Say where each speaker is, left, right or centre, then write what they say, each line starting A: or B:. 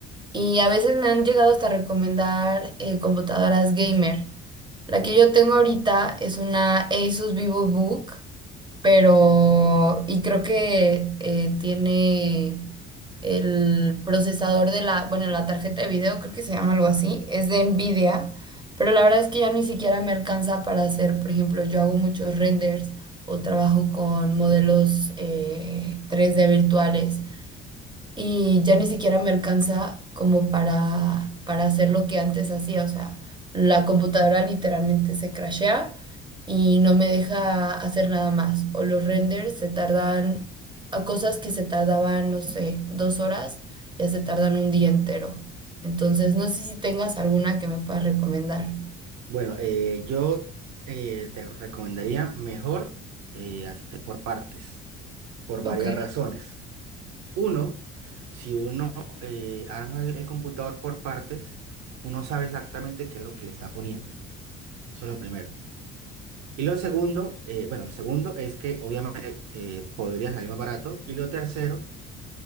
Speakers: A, on the right; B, on the right.
A: Y a veces me han llegado hasta recomendar eh, computadoras gamer. La que yo tengo ahorita es una Asus VivoBook, pero... Y creo que eh, tiene el procesador de la... Bueno, la tarjeta de video, creo que se llama algo así. Es de Nvidia, pero la verdad es que ya ni siquiera me alcanza para hacer, por ejemplo, yo hago muchos renders o trabajo con modelos eh, 3D virtuales y ya ni siquiera me alcanza como para, para hacer lo que antes hacía. O sea, la computadora literalmente se crashea y no me deja hacer nada más. O los renders se tardan, a cosas que se tardaban, no sé, dos horas, ya se tardan un día entero. Entonces, no sé si tengas alguna que me puedas recomendar.
B: Bueno, eh, yo eh, te recomendaría mejor eh, hacer por partes, por varias
A: Ok,
B: razones. Uno, si uno eh, arma el el computador por partes, uno sabe exactamente qué es lo que le está poniendo. Eso es lo primero. Y lo segundo, eh, bueno, lo segundo es que obviamente eh, podría salir más barato. Y lo tercero